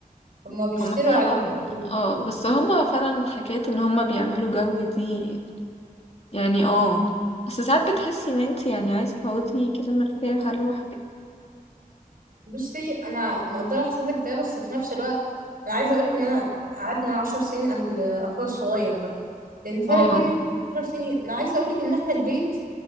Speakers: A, on the right (about 65°); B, on the left (about 45°).
A: هما بيفتروا
B: هما فعلا
A: عليك بالكلمة.
B: اه بس هما فعلا حكاية ان هما بيعملوا جو دي يعني اه بس ساعات بتحسي ان انت يعني عايزة تقعدي كده مرتاحة لوحدك
A: بصي انا مقدره احساسك ده بس في نفس الوقت انا عايزه اقولك ان انا قعدنا عشر سنين قبل اخويا الصغير ده لان فرق
B: اه
A: بيني وبين عشر سنين انا عايزه اقولك ان احنا البيت